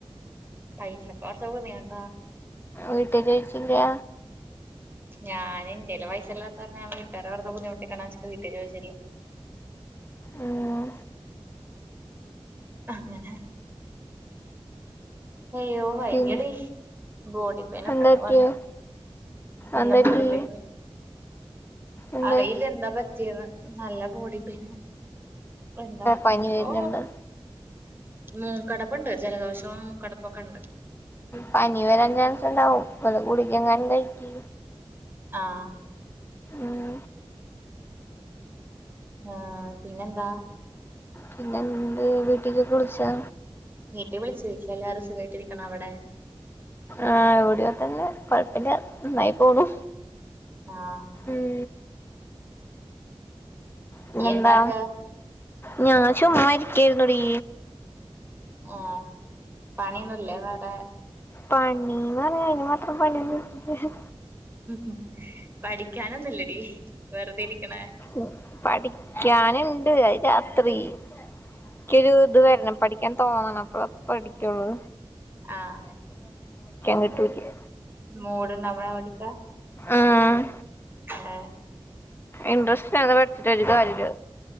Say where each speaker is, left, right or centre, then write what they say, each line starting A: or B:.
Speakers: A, on the right; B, on the left.
A: പൈസക്ക് കുറച്ച് ബുദ്ധിമുട്ടാ
B: വീട്ടിൽ ചോയിച്ചില്ല
A: <inaudible> ഞാന് ഇന്റെല് പെെസല്ലാത്താകാരണം ഞാൻ വീട്ടുകാരെ വെറുതെ ബുദ്ധിമുട്ടിക്കണ്ടാച്ച്ട്ട് വീട്ടി ചോദിച്ചില്ല
B: ഉം
A: അങ്ങനെ ഹയ്യോ വയ്യടീ
B: പിന്നെ
A: ബോഡി പെയിനൊക്കെ
B: എന്താ
A: ഉണ്ട്
B: പറ്റിയെ
A: നല്ലോം നല്ല
B: എന്താ പറ്റി
A: ബോഡീപെയിൻ
B: എന്തായി
A: അറിയില്ല എന്താ പറ്റിയേന്ന് നല്ല ബോഡി പെയിൻ എന്താ
B: പനി
A: എന്താപ്പൊ
B: വരുന്നുണ്ട്
A: മൂക്കടപ്പുണ്ട് ജലദോഷവും മൂ കടപ്പൊക്കെ ഉണ്ട്
B: പനി വരാൻ ചാൻസുണ്ടാവും വല്ല ഗുളിക എങ്ങാനും കഴിക്ക്
A: ആഹ്
B: ഉം
A: ആഹ് പിന്നെന്താ
B: പിന്നെണ്ട് വീട്ടിക്കൊക്കെ വിളിച്ചാ
A: വീട്ടി വിളിച്ചു എല്ലാരും സുഖമായിട്ടിരിക്ക്ണ അവിടെ
B: ആഹ് ഇവിടിം അങ്ങനെ തന്നെ കൊഴപ്പല്ല നന്നായി പോണു
A: ആഹ്
B: ഉം പിന്നെന്താ
A: ഇയ്യ് എന്താക്ക
B: ഞാൻ ചുമ്മായിരിക്കെയ്രുന്നെടീ
A: ആഹ് പണിയൊന്നുല്ലേ വേറെ
B: പണിന്ന് പറഞ്ഞ അതിന് മാത്രം പണിയൊന്നില്ല
A: ഹ് ഹ് പഠിക്കാനൊന്നുല്ലടീ വെറുതെ ഇരിക്ക്ണെ
B: ഉം പഠിക്കാന്ണ്ട് അത് രാത്രി ഇക്കൊരു ഇത് വരണം പഠിക്കാൻ തോന്നണം അപ്പളാ പഠിക്കൊള്ളൂ
A: ആഹ്
B: കിട്ടൂല
A: മൂട്ണ്ടാവവോണ്ടീട്ടാ
B: ആഹ്
A: ആഹ്
B: ഇൻട്രസ്റ്റവാതെ പഠിച്ചിട്ടൊരു കാര്യല്ല